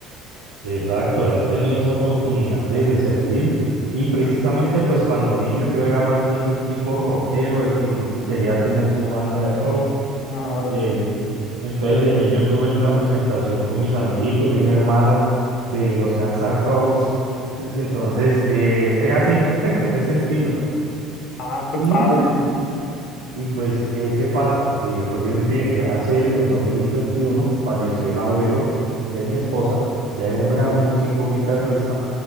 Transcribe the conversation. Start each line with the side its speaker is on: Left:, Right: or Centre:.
Right: Exacto, de haber tenido esa oportunidad de, de servir. Y precisamente, pues cuando niño yo era más bien del tipo rockero, el que gu- quería tener su banda de rock
Left: Ah, órale.
Right: Eh, entonces de niño tuve una presentación con mis amiguitos y un hermano de los Guns N' Roses. Entonces entonces, eh, era así, <laughs> de ese estilo.
Left: Ah, qué padre.
Right: Y, y pues, eh, ¿qué pasa? Eh, pues de un tie- eh, hace en el 2021 falleció el abuelo de mi esposa, que era un gran músico guitarrista,